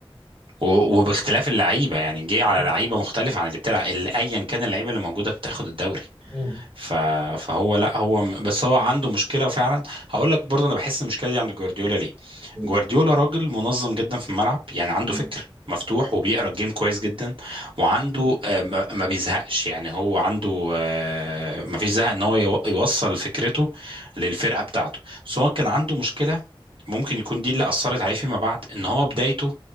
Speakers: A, on the right; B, in the centre.
A: و- وباختلاف اللعيبه يعني جه على
B: مم.
A: لعيبه مختلفه عن اللي بتلعب اللي ايا كان اللعيبه اللي موجوده بتاخد الدوري
B: مم.
A: ف... فهو لا هو م- بس هو عنده مشكله فعلا هقول لك برضه انا بحس المشكله دي عند جوارديولا ليه
B: مم.
A: جوارديولا راجل منظم جدا في الملعب يعني عنده
B: مم.
A: فكر مفتوح وبيقرا الجيم كويس جدا وعنده آه، ما ما بيزهقش يعني هو عنده آه، ما فيش زهق ان هو يو- يوصل فكرته للفرقه بتاعته بس هو كان عنده مشكله ممكن يكون دي اللي اثرت عليه فيما بعد ان هو بدايته